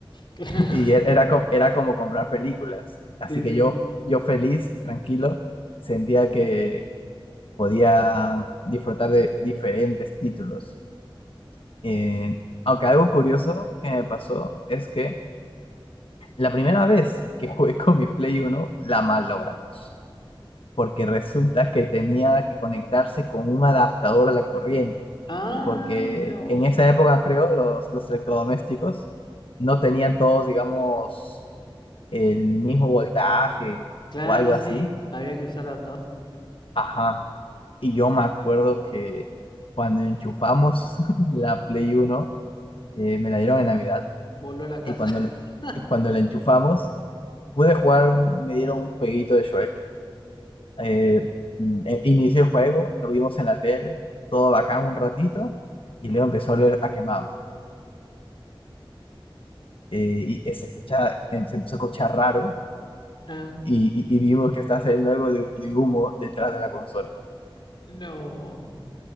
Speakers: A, on the left (about 60°); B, on the left (about 75°).
A: <laughs>
B: <laughs> Y e-
A: Claro,
B: era, co- era como comprar películas. Así
A: sí,
B: que
A: sí.
B: yo, yo feliz y tranquilo sentía que podía disfrutar de diferentes títulos. Eh, aunque algo curioso que me pasó es que la primera vez que jugué con mi Play Uno la mal logramos, porque resulta que tenía que conectarse con un adaptador a la corriente,
A: Ay,
B: porque
A: no.
B: en esa época creo los, los electrodomésticos no tenían todos, digamos, el mismo voltaje
A: Claro,
B: o algo así.
A: sí, había que usar adaptador.
B: Ajá. Y yo me acuerdo que cuando enchufamos <laughs> la Play Uno eh, me la dieron en Navidad.
A: Voló la casa.
B: y cuando,
A: <laughs>
B: y cuando la enchufamos, pude jugar, un- me dieron un jueguito de Shrek. Eh, eh, inicié el juego, lo vimos en la tele, todo bacán un ratito, y luego empezó a oler a quemado. Eh, y eh, se escucha, em- se empezó a escuchar raro,
A: Ah,
B: y, y- y vimos que estaba saliendo algo de, de humo detrás de la consola.
A: no.